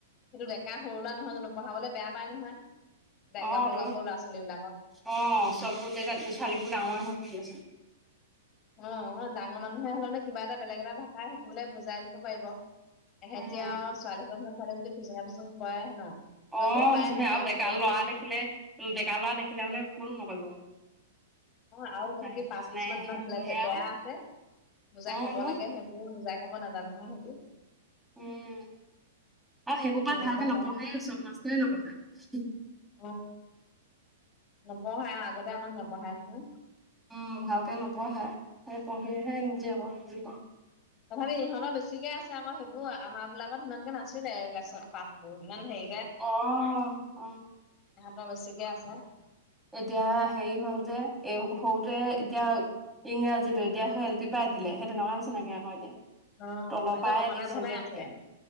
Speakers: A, on the left; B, in the centre.
A: সেইটো ডেকা সৰু ল'ৰা নহয় জানো। পঢ়াবলে বেয়া পাই নহয় ব
B: অ
A: গাভৰু
B: তো
A: গাভৰু ল'ৰা ছোৱালী বিলাকক।
B: অ চবতে ত ছোৱালীবোৰ ডাঙৰে হৈছিলে চোন
A: অ অ ডাঙৰ মানুহে হ'লে মানে কিবা এটা বেলেগ এটা ভাষা শিকিবলে বুজাই দিব পাৰিব। এহেতিয়াও
B: উম
A: আৰু ছোৱালী ছালে যদি ফিচিঙনা ফিচুং কৰে ন। কৰিবও
B: অ
A: পাৰে
B: যিহে
A: সেহেতি
B: আৰু ডেকা
A: সৰু
B: ল'ৰা
A: ছোৱালীহে
B: দেখিলে ডেকা ল'ৰা দেখিলে মানে কোনো নকৰিব।
A: অ আৰু
B: ছোৱালীহঁতৰ
A: সেতি পাঁচ
B: নিচিনাই
A: কিচ মানমান
B: আহে বহে
A: লে
B: আৰু
A: বেয়া আছে বুজাই
B: অ
A: কব
B: তো
A: লাগে সেইবোৰ বুজাই। কব নাজানে নহয় হেতি।
B: উম আৰু সেইবোৰ
A: সেই
B: পৰা
A: তেনেকুৱা
B: ভালকে নপঢ়ে
A: হয়
B: চব মাষ্টয়ে নপঢ়ায়।
A: উম! নপঢ়ায় আৰু আগতে আমাক নপঢ়াই নহয়।
B: উম ভালকে নপঢ়ায় সেই পঢ়িহে নিজে অকণ বুজি পাওঁ।
A: তথাপি ইহঁতৰ বেছিকে আছে আকৌ সেইবোৰ আমাৰ বিলাকত ইমানকে নাছিলে এইবিলাক পাছবোৰ ইমান হেৰিকে
B: অ অ',
A: ইহঁতৰ বেছিকে আছে।
B: এতিয়া হেৰি হ'ল যে এই সৰুতে এতিয়া ইংৰাজীটো এতিয়া এল পি পৰাই দিলে সেই তেনেকুৱা হৈছে নকে আকৌ এতিয়া।
A: সিহঁতৰ
B: তলৰপাই
A: বহলাই
B: দিছে
A: বহলাই
B: যে এতিয়া
A: আছে